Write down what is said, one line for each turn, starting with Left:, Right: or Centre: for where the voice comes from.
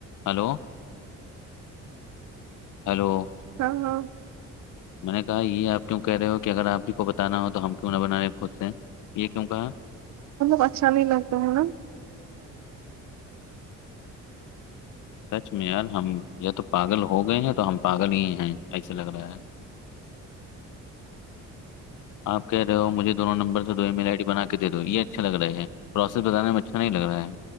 Left: ہلو ہیلو
Right: ہاں ہاں
Left: میں نے کہا یہ آپ کیوں کہہ رہے ہو کہ اگر آپ ہی کو بتانا ہو تو ہم کیوں نہ بنا رہے خود سے یہ کیوں کہا
Right: پچشا نہیں لگتا ہے نا
Left: سچ میں یار ہم یا تو پاگل ہو گئے ہیں تو ہم پاگل ہی ہیں ایسے لگ رہا ہے آپ کہہ رہے ہو مجھےون نمبر سے دو ایل آئی ڈی بنا کے دے دو یہ اچھے لگ رہا ہے پروسیس بتانے میں اچھا نہیں لگ رہا ہے